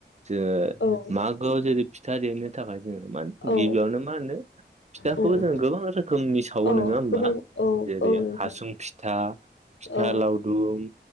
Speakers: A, on the right (about 40°); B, on the left (about 80°).
A: ज
B: औ
A: मागोआव जेरै फि देनो थाखाय जोङो मा गिबियावनो
B: औ
A: मा होनो फिथाखौबो
B: उम
A: जों गोबां रोखोमनि सावो
B: औ
A: नङा होमबा
B: गोबां औ
A: जेरै
B: औ नोंथां
A: हासुं फिथा फिथा
B: औ
A: लावद गदुम